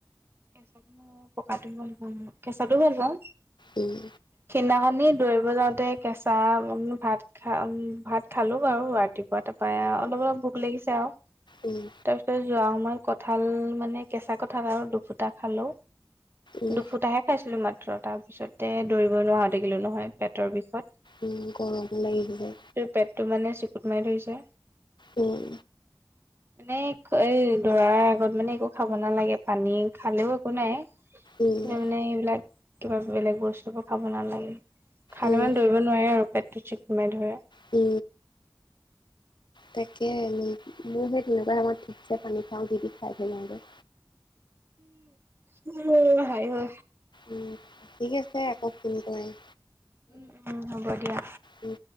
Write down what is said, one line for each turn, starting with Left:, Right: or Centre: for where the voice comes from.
Right: কেঁচাটো, পকাটো ভাল পাওঁ, কেঁচাটো ভাল পাওঁ।
Left: উম।
Right: সিদিনাখনি দৌৰিব যাওঁতে কেঁচা ভাত খা ভাত খালো বাৰু ৰাতিপুৱা তাৰপৰা অলপ অলপ ভোক লাগিছে আৰু।
Left: উম।
Right: তাৰপিছত যোৱা সময়ত মই কঁঠাল মানে কেঁচা কঁঠাল আৰু দুফুটা খালো।
Left: উম
Right: দুফুটাহে খাইছিলো মাত্ৰ তাৰপিছতে দৌৰিব নোৱাৰা থাকিলো নহয় পেটৰ বিষত।
Left: উম গৰমো লাগি গৈছে।
Right: পেটতটো মানে চিকুত মাৰি ধৰিছে।
Left: উম।
Right: মানে এই দৰাৰ আগত মানে একো খাব নালাগে পানী খালেও একো নাই মানে
Left: উম
Right: মানে সেইবিলাক কিবা বেলেগ বস্তুবোৰ খাব নালাগে। খালে
Left: উম
Right: মানে দৌৰিব নোৱাৰে আৰু পেটটো চেপি মাৰি ধৰে।
Left: উ তাকে মোৰ মোৰ সেই তেনেকুৱা সময়ত ঠিকছে পানী খাওঁ যি তি খাই পেলাও দে।
Right: উম হয় হায়ৈ।
Left: উম ঠিক আছে আকৌ ফোন কৰিম।
Right: উ উম হ'ব দিয়া।
Left: উম।